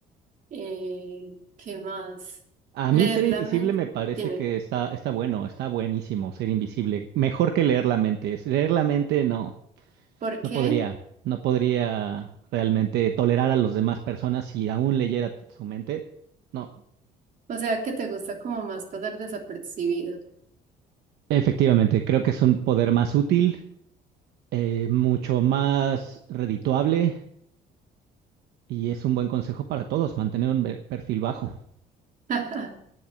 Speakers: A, on the right (about 50°); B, on the right (about 75°).
A: Eh, ¿qué más?
B: A
A: Leer
B: mí ser
A: la
B: invisible
A: mente.
B: me parece
A: Dime,
B: que está, está bueno, está buenísimo ser invisible. Mejor que leer la mente. Es- Leer la mente no,
A: ¿por qué?
B: no podría, no podría realmente tolerar a las demás personas si aún leyera su mente. No,
A: O sea, que te gusta como más pasar desapercibido.
B: efectivamente, creo que es un poder más útil, eh, mucho más redituable Y es un buen consejo para todos, mantener un ve- perfil bajo.
A: <laughs>